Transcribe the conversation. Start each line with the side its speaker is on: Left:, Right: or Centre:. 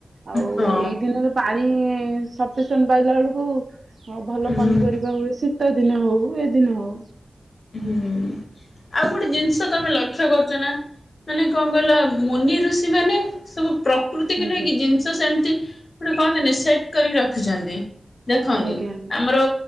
Right: ଆଉ
Left: ହଁ
Right: ଏଇ ଦିନରେ ପାଣି ସଫିସିଏଣ୍ଟ ପାଇଲା ବେଳକୁ। ହ ଭଲ
Left: ହୁଁ।
Right: ପନିପରିବା ହୁଏ ଶୀତ ଦିନ ହଉ ଏଦିନ ହଉ।
Left: ହୁଁ ଆଉ ଗୋଟେ ଜିନିଷ ତମେ ଲକ୍ଷ୍ୟ କରିଛ ନା। ମାନେ କଣ କହିଲ ମୁନି ଋଷି ମାନେ ସବୁ ପ୍ରକୃତିକୁ
Right: ଆଜ୍ଞା
Left: ନେଇକି ଜିନିଷ ସେମିତି ଗୋଟେ କହନ୍ତିନି ସେଟ କରିକି ରଖିଛନ୍ତି। ଦେଖନ୍ତୁ
Right: ଆଜ୍ଞା ଆଜ୍ଞା
Left: ଆମର